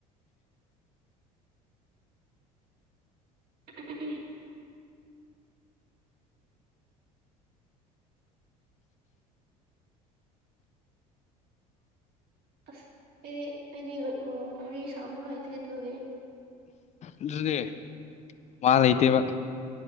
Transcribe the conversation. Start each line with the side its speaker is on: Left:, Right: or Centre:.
Right: <unintelligible> ꯑꯁ ꯑꯩꯗꯤ ꯑꯩꯗꯤ ꯎ ꯋꯥꯔꯤ ꯁꯥꯕꯁꯨ ꯍꯩꯇꯦ ꯑꯗꯨꯒꯤ
Left: ꯑꯗꯨꯅꯦ ꯋꯥ ꯂꯩꯇꯦꯕ